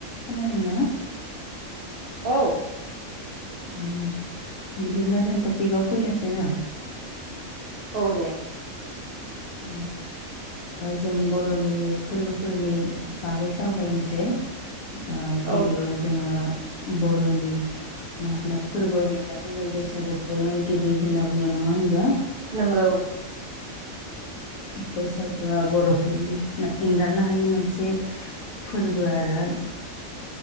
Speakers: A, on the left (about 75°); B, on the right (about 65°).
A: खोनादोंना?
B: औ।
A: ओम बिदिब्ला जों टपिकआव फैनोसै ना
B: औ दे।
A: ओ जों बर'नि फोरबोफोरनि बागै सावरायनोसै। ओ
B: औ
A: गिबियावनो जोङो बर'नि मा होनो फोरबो होनोब्लाथ' जों बैसागुखौनो गिबि होनना बुङो नङा होनोमब्ला
B: नोंगौ।
A: बैसागुआ बर'फोरनि एंगारनो हायि मोनसे फोरबो आरो।